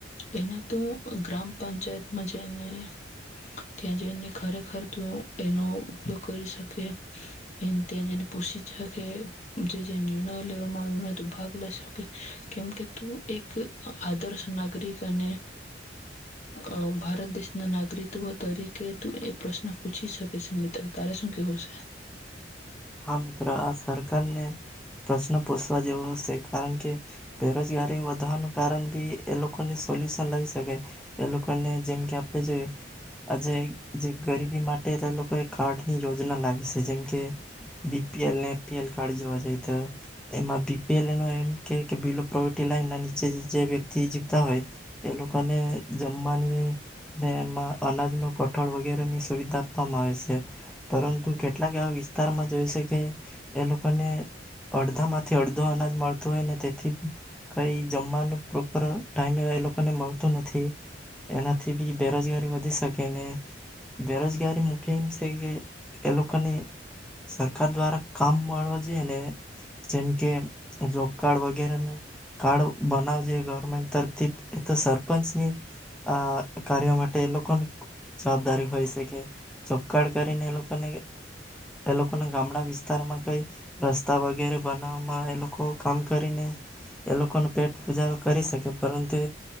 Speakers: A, on the left (about 40°); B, in the centre.
A: એના તું ગ્રામ પંચાયતમાં જઈને ત્યાં જઈને ખરેખર તું એનો ઉપયોગ કરી શકે. ને ત્યાં જઈને પૂછી શકે જે જે ને લેવામાં આવ્યું ને ભાગ લઈ શકે કેમ કે તું એક આદર્શ નાગરિક અને અ ભારત દેશના નાગરિકવ તરીકે તું એ પ્રશ્ન પૂછી શકે છે મિત્ર તારે શું કેવું છે?
B: હા મિત્ર આ સરકારને પ્રશ્ન પૂછવા જેવો હશે. કારણ કે બેરોજગારી વધવાનું કારણ ભી એ લોકોને સોલ્યુશન લઈ શકાય. એ લોકોને જેમ કે આપણે જો આજ ગરીબી માટે એ લોકો કાર્ડની યોજના લાવી શે. જેમકે બી પી એલ ને એ પી એલ કાર્ડ જોવા જઈ. તો એમાં બી પી એલ એમ કે બિલો પ્રોવર્ટી લાઈન ના નીચે જે વ્યક્તિ જીવતા હોય એ લોકોને જમવાની ને એમાં અનાજ નુ કઠોળ વગેરે ની સુવિધા આપવામાં આવે શે પરંતુ કેટલાક એવા વિ વિસ્તારમાં જોઈ શકે એ લોકોને અડધા માંથી અડધો અનાજ મળતું હોય ને તેથી કઈ જમવાનું પ્રોપર ટાઈમે એ લોકોને મળતું નથી. એનાથી ભી બેરોજગારી વધી શકે ને બેરોજગારી મુખ્ય થઈ ગઈ એ લોકોની સરકાર દ્વારા કામ પણ જે એને જેમ કે જોબ કાર્ડ વગેરેને કાર્ડ બનાવજે મંતર થી એ તો સરપંચની આ કાર્યો માટે એ લોકોની જવાબદારી હોય શે કે જોબકાર્ડ કરીને એ લોક અને કે એ લોકો ના ગામડા વિસ્તાર વિસ્તારમાં કઈ રસ્તા વગેરે બનાવવામાં એ લોકો કામ કરીને એ લોકો ને પેટ પુજા કરી શકે પરંતુ